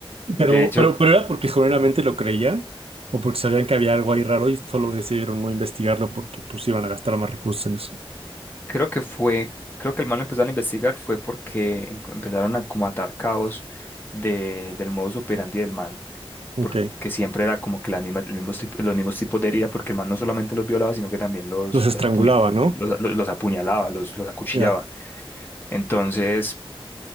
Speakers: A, on the left; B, on the right.
A: Y
B: Pero,
A: De hecho,
B: pero, pero era porque generalmente lo creían o porque sabían que había algo ahí raro y solo decidieron no investigarlo porque pues iban a gastar más recursos en eso.
A: Creo que fue, creo que el mal lo empezaron a investigar fue porque en- empezaron a como atar cabos de, del modus operandi del man,
B: Ok.
A: porque siempre era como que las mismas, los mismos, tip- los mismos tipos de herida, porque el man no solamente los violaba, sino que también los,
B: Los estrangulaba,
A: los, apuña- los,
B: ¿no?
A: los- los apuñalaba, los, los acuchillaba.
B: Ya.
A: Entonces,